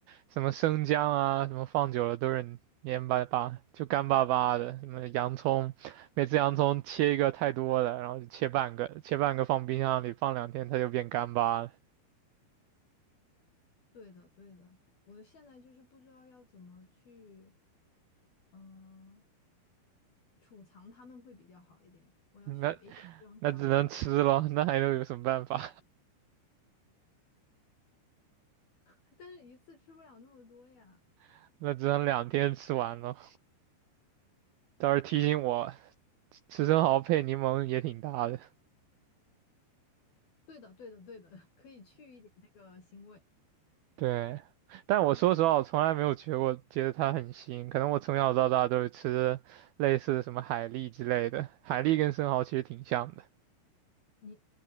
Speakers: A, on the right; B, on the left.
A: 什么生姜啊，什么放久了都是黏巴巴，就干巴巴的。什么洋葱，每次洋葱切一个太多了，然后就切半个，切半个放冰箱里放两天，它就变干巴了。
B: 对的，对的，我现在就是不知道要怎么去，嗯、储藏它们会比较好一点。我要学一点这种小技巧，
A: 那那只能吃了，那还能有什么办法？
B: <laughs> 但是一次吃不了那么多呀。
A: <laughs> 那只能两天吃完咯。倒是提醒我，吃生蚝配柠檬也挺搭的。
B: 对的，对的，对的，<laughs> 可以去一点那个腥味。
A: 对，但我说实话，我从来没有觉得我觉得它很腥，可能我从小到大都是吃类似什么海蛎之类的，海蛎跟生蚝其实挺像的，
B: 你